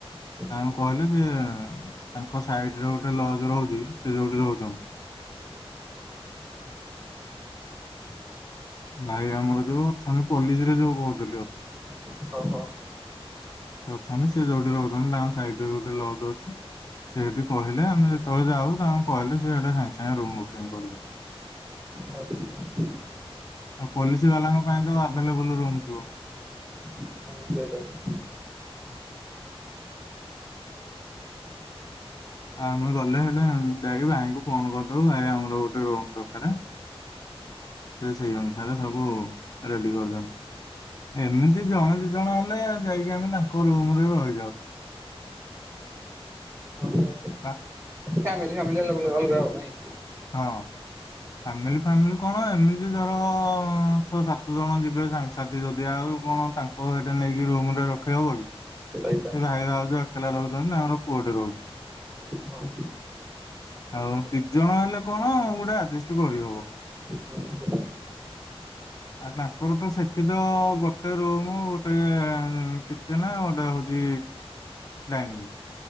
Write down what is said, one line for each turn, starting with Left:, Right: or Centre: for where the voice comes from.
Right: ଆଉ।
Left: ତାଙ୍କୁ କହିଲେ ଯେ ତାଙ୍କ ସାଇଡରେ ଗୋଟେ ଲଜ ରହୁଛି ସେ ଯୋଉଠି ରହୁଛନ୍ତି। ଭାଇ ଆମର ଯୋଉ ଅଛମେ ପଲିସ ରେ ଯୋଉ କହୁଥିଲୁ ଅ <inaudible>
Right: ଓହୋ
Left: ସେ ଅଛନ୍ତି ସେ ଯୋଉଠିରେ ରହୁଛନ୍ତି ତାଙ୍କ ସାଇରେ ଗୋଟେ ଲଜ ଅଛି। ସେଠି କହିଲେ ଆମେ ଯେତେବେଳେ ଯାଉ ତାଙ୍କୁ କହିଲେ ସେଟା ସାଙ୍ଗେ ସାଙ୍ଗେ ରୁମ ବୁକିଂ କରିଦଉ।
Right: ଆଉ ହଉ
Left: ଆଉ ପଲିସି ବାଲାଙ୍କ ପାଇଁ ତ ଆଭଲେବୁଲ ରୁମ୍ ଥିବ।
Right: ହୁଁ ସେଇଟା ବି।
Left: <inaudible> ହଁ। ଆମେ ଗଲେ ହେଲା ଯାଇକି ଭାଇଙ୍କୁ ଫୋନ କରିଦବୁ ଭାଇ ଆମର ଗୋଟେ ରୁମ୍ ଦରକାର। ସେ ସେଇ ଅନୁସାରେ ସବୁ ରେଡି କରୁଛନ୍ତି। ଏମିତି ଜଣେ ଦି ଜଣ ହେଲେ ଯାଇକି ଆମେ ତାଙ୍କ ରୁମ ରେ ରହିଯାଉ।
Right: ଓହୋ।
Left: ପା
Right: ଫ୍ୟାମିଲି ଫାମିଲି ଅଲଗ ଅଲଗା ଆଉ ନାହିଁ।
Left: ହଁ। ଫ୍ୟାମିଲି ଫାମିଲି କଣ ଏମିତି ଧର ଛଅ ସାତ ଜଣ ଯିବେ ସାଙ୍ଗସାଥି ଯଦି ଆଉ। ତୁ କଣ ତାଙ୍କ ଏଇଟା ନେଇକି ରୁମ୍ ରେ ରଖେଇ ବୁ ବୋଲି।
Right: ସେଇଟା
Left: ସେ ଭାଇ ଭାଉଜ ଏକଲା ରହୁଛନ୍ତି ତାଙ୍କର ପୁଅ ଟେ ରହୁଛି।
Right: ହଁ।
Left: ଆଉ ଦି ଜଣ ହେଲେ କଣ ଗୋଟେ ଆଜେଷ୍ଟ କରିହବ।
Right: ହୁଁ ସେ
Left: ଆ ତାଙ୍କର ତ ସେଠି ତ ଗୋଟେ ରୁମ୍ ଗୋଟେ କିଚେନ ଆ ଗୋଟେ ହଉ ଛି ନାଇଁ ନାଇଁ।